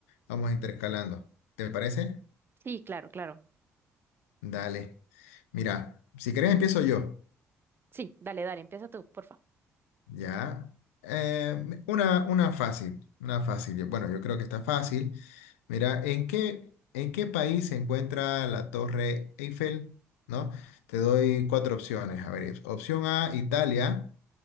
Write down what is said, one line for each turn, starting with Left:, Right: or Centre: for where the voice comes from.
Left: vamos intercalando. ¿Te parece?
Right: Sí, claro, claro.
Left: Dale. Mira, si querés empiezo yo.
Right: Sí, dale, dale, empieza tú, porfa.
Left: Ya. Eh, una, una fácil, una fácil. Yo- Bueno, yo creo que está fácil. Mira, ¿en qué, en qué país se encuentra la Torre Eiffel? ¿No? Te doy cuatro opciones. A ver, opción A, Italia.